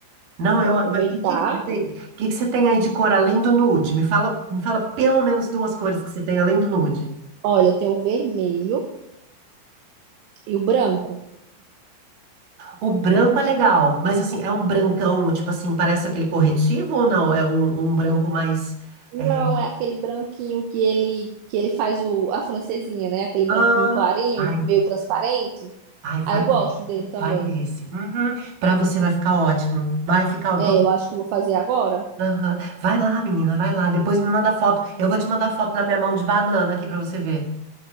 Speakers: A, on the right; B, on the right.
A: Não,
B: Vou
A: eu.
B: aproveitar.
A: Mas o que que você tem, o que que você tem aí de cor além do nude? Me fala, me fala pelo menos duas cores que você tem além do nude.
B: Olha, eu tenho o vermelho e o branco.
A: O branco é legal, mas assim, é um brancão, tipo assim, parece aquele corretivo ou não? É um, um branco mais.
B: Não,
A: é,
B: é aquele branquinho que ele que ele faz o, a francesinha, né? Aquele branquinho
A: Ah,
B: clarinho,
A: ai,
B: meio transparente.
A: ai, vai,
B: Aí eu gosto dele também.
A: vai nesse. Uhum. Pra você vai ficar ótimo. Vai ficar, eu
B: É,
A: tô...
B: eu acho que eu vou fazer agora.
A: Aham. Vai lá, menina, vai lá. Depois me manda foto. Eu vou te mandar foto da minha mão de banana aqui pra você ver.